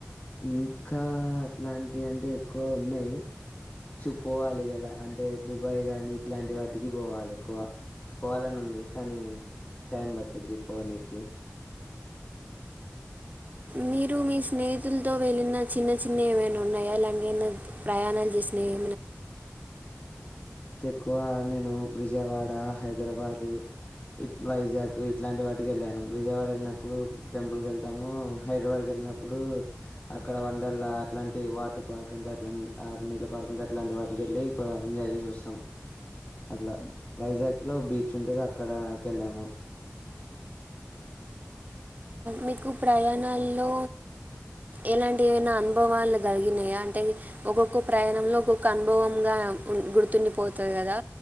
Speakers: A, on the left; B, on the right.
A: ఇంకా అట్లాంటి అంటే ఎక్కువ ఉన్నయి. చూ పోవాలి గలా అంటే దుబాయ్ గాని, ఇట్లాంటి వాటికి పోవాలి ఎక్కువ. పోవాలని ఉంది, కానీ టైం పట్టిద్ది పోనికి.
B: మీరు మీ స్నేహి తులతో వెళ్లిన చిన్న చిన్న ఏమైనా ఉన్నాయా ఎలాంటినా అన్నా ప్రయాణాలు చేసినయి.
A: క్కువ నేను విజయవాడ, హైదరబాదు ఇట్ వైజాగ్ ఇట్లాంటి వాటికి వెళ్ళాను, విజయవాడ ఎళ్ళినప్పుడు టెంపుల్కి వెళ్తాము, హైదరాబాద్ వెళ్ళినప్పుడు అక్కడ వండర్లా అట్లాంటి వాటర్ పార్క్స్ ఉంటే అట్లనే నీళ్ళ పార్కుంటే అట్లాంటి వా టికెళ్ళి కో ఎంజాయ్ జేసి వస్తాం అట్లా వైజాగ్లో బీచ్ ఉంటది అక్కడకెళ్ళాము
B: మీకు ప్రయాణాల్లో ఎలాంటి అయినా అనుభవాలు కలిగినాయా అంటే ఒక్కొక్క ప్రయాణంలో ఒక్కొక్క అనుభవంగా గుర్తుండిపోతది కదా